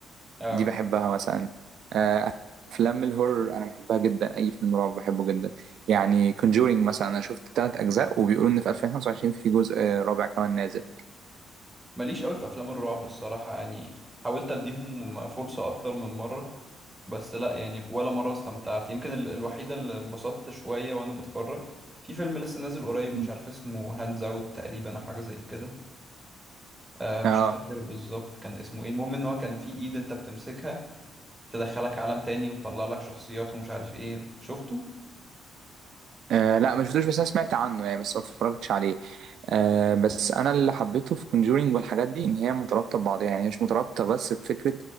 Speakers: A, on the right; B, on the right.
A: أه
B: دي بحبها مثلا آه، افلام الهورر انا بحبها جدا اي فيلم رعب بحبه جدا يعني كونجورينج مثلا انا شفت ثلاث اجزاء وبيقولوا ان في 2025 في جزء آه، رابع كمان نازل
A: ماليش قوي في افلام الرعب الصراحة يعني حاولت اديهم فرصة اكتر من مرة بس لا يعني ولا مرة استمتعت يمكن ال- الوحيدة اللي انبسطت شوية وانا بتفرج في فيلم لسه نازل قريب
B: مم.
A: مش عارف اسمه هاندز اوت تقريبا أو حاجة زي كده آه مش
B: اه
A: فاكر بالظبط كان اسمه ايه المهم ان هو كان في ايد انت بتمسكها تدخلك عالم تاني وتطلع لك شخصيات ومش عارف ايه شفته
B: آه لا ما شفتوش بس انا سمعت عنه يعني بس ما اتفرجتش عليه آه بس انا اللي حبيته في كونجورينج والحاجات دي ان هي مترابطه ببعضها يعني هي مش مترابطه بس بفكره